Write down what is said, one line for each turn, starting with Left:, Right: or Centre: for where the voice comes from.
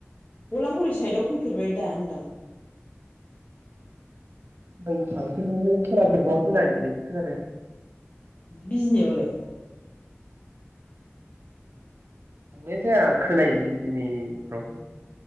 Left: बलांगुरि साइदाव फैफेरबाय दा होनदां?
Right: आं थांफेरबावाखै खोनाफेरबावाखैमोन आं दिनैसो खोनादों।
Left: बिजनियावलाय?
Right: थांनाय जाया खोनायो बिजिनिफ्राव।